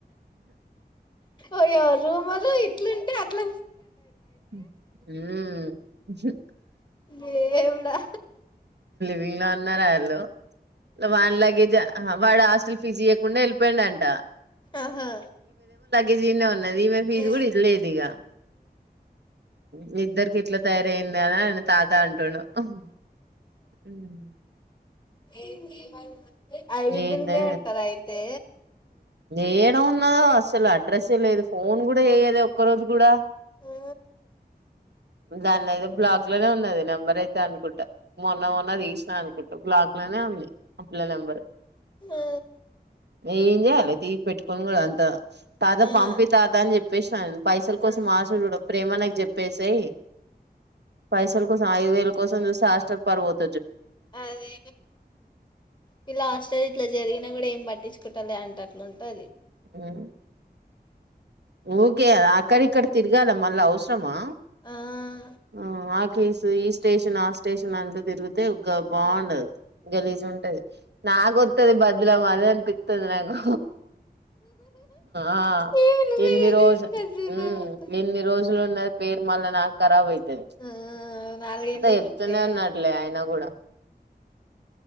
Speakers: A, on the left (about 25°); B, on the right (about 80°).
A: అయ్యారూ మరు ఇట్లుంటే అట్ల
B: ఉమ్
A: దేవుడా
B: వీళ్ళ అన్నారా హలో వాన్ లగేజ అహ వాడ ఆస్టల్ ఫిజ ముందే ఎళ్ళిపోయిండ అంట
A: ఆహా
B: ఈజీనే న్నది ఈమె ఫీజు
A: ఆ.
B: కూడా ఇదిలేదు ఇగ మీ ఇద్దరికి ఎట్లా తయారయిందని అని తాత అంటుండు ఒహ్ ఉమ్
A: ఏ ఏమైంది ఐబీ
B: ఏందే
A: పిందే ఉంటాదా అయితే
B: ఏడ ఉన్నదో అసలు అడ్రస్ ఏ లేదు ఫోన్ కూడా చెయ్యదు ఒక్కరోజు కూడా
A: ఆ
B: దాన్నయితే బ్లాక్ లోనే ఉన్నది నెంబర్ అయితే అనుకుంటా మొన్న మొన్న తీసినా అనుకుంటా బ్లాక్ లోనే ఉంది ఆ పిల్ల నంబరు
A: ఆ.
B: ఏం చేయాలితీ పెట్టుకోని కూడా అంత తాత పంపీ
A: ఆ.
B: తాత అని చెప్ప పేషాను పైసల
A: అది
B: కోసం మాషడుడు ప్రేమ నాకు చెప్పేసెయ్ పైసల కోసం ఐదు వేల కోసం చూస్తే హాస్టల్ పరువోతు
A: అది పి లాస్ట్ ఇట్లా జరిగినా కూడా ఏం పట్టించుకుంటాలే అంట అట్లుంటది
B: ఉం ఊకే అద అక్కడ ఇక్కడ తిరగాల మళ్ళ అవసరమా
A: ఆ
B: ఆ ఆ కేేసు ఈ స్టేషన్ ఆస్ స్టేషన్ అంటూ తిరుగు తె ఒక బాగుండదు
A: ఆ
B: గలీజు ఉంటది నా గొత్తది బద్ల మద అని పిత్తది నాకు ఆ
A: ఏమి నువ్వే
B: ఎన్ని
A: కదా
B: రోజు
A: తీసుకొచ్చింది
B: ఉం
A: నాకు.
B: ఎన్ని రోజులు ఉన్నా పేరు మళ్ళా నాకు కరావై తది
A: ఆ నాలుగేళ్ళ
B: చెప్తూనే
A: నుండే
B: అన్నట్లే అయన కూడా